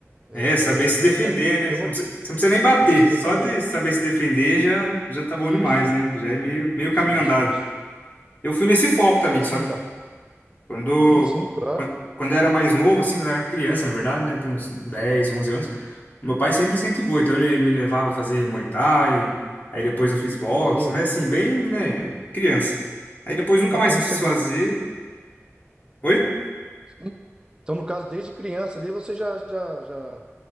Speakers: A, on the right; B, on the left.
A: é,
B: É, saber se defender,
A: é bom.
B: né?
A: Eu
B: Você
A: vou
B: não precisa, você não precisa nem bater,
A: saber se defender.
B: só de saber se defender já, já tá bom
A: Isso.
B: demais, né? Já é meio, meio
A: Isso,
B: caminho andado.
A: isso, isso.
B: Eu fui nesse foco também,
A: É sim,
B: sabe?
A: então.
B: Quando,
A: Tem sim, claro.
B: quan- quando eu era mais novo, assim, quando eu era criança, na verdade, né? Tinha uns 10 11 anos. Meu pai sempre incentivou, então ele me levava a fazer Muay Thai, aí depois eu fiz boxe,
A: Sim.
B: mas assim, bem, né, criança. Aí depois nunca
A: Ah,
B: mais
A: então você.
B: quis
A: go-
B: fazer. Oi?
A: Sim. Então, no caso, desde criança ali, você já, já, já,